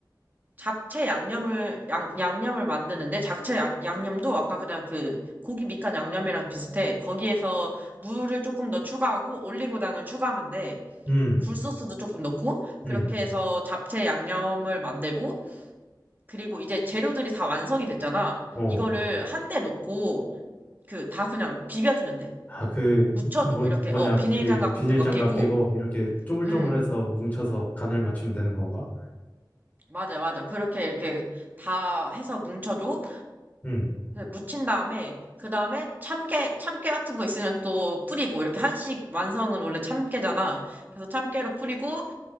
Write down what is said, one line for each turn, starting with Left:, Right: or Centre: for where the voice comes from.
Right: 잡채 양념을 양, 양념을 만드는데 잡채 야- 양념도 아까 그냥 그 고기 밑간 양념이랑 비슷해. 거기에서 물을 조금 더 추가하고 올리고당을 추가하면 돼.
Left: 음,
Right: 굴소스도 조금 넣고 그렇게
Left: 음,
Right: 해서 잡채 양념을 만들고 그리고 이제 재료들이 다 완성이 됐잖아.
Left: 어.
Right: 이거를 한 대 놓고 그 다 그냥 비벼주면 돼.
Left: 아, 그,
Right: 묻혀줘.
Left: 뭐,
Right: 이렇게
Left: 뭐냐,
Right: 어 비닐장갑
Left: 그
Right: 같은
Left: 비닐장갑
Right: 거 끼고
Left: 끼고 이렇게 쪼물쪼물해서
Right: 음
Left: 뭉쳐서 간을 맞추면 되는 건가?
Right: 맞아 맞아 그렇게 이렇게 다 해서 뭉쳐줘.
Left: 음.
Right: 그래서 묻힌 다음에 그 다음에 참깨 참깨 같은 거 있으면 또 뿌리고 이렇게 한식 완성은 원래 참깨잖아. 그래서 참깨로 뿌리고